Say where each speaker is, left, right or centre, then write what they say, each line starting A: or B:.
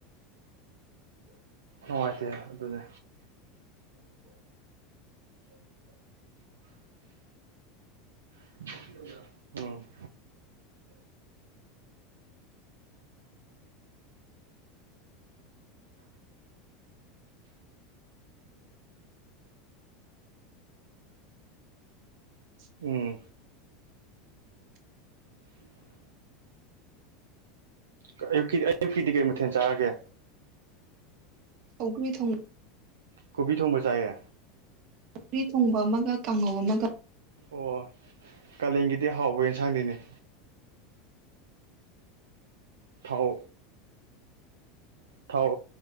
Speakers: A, on the right (about 80°); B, on the right (about 55°).
A: ꯅꯨꯡꯉꯥꯏꯇꯦ ꯑꯗꯨꯅꯦ <unintelligible> ꯎꯝ
B: <inaudible>
A: ꯎꯝ
B: <inaudible>
A: ꯀ ꯑꯌꯨꯛꯀꯤꯗꯤ ꯑꯌꯨꯛꯀꯤꯗꯤ ꯀꯩ ꯃꯊꯦꯜ ꯆꯥꯔꯒꯦ
B: ꯁꯧꯒ꯭ꯔꯤ ꯊꯣꯡ
A: ꯀꯣꯕꯤ ꯊꯣꯡꯕ ꯆꯥꯏꯌꯦ
B: ꯁꯧꯒ꯭ꯔꯤ ꯊꯣꯡꯕ ꯑꯃꯒ ꯀꯥꯡꯉꯧ ꯑꯃꯒ
A: ꯑꯣ ꯀꯥꯂꯦꯟꯒꯤꯗꯤ ꯍꯥꯎꯕ ꯑꯦꯟꯁꯥꯡꯅꯤꯅꯦ ꯊꯥꯎ ꯊꯥꯎ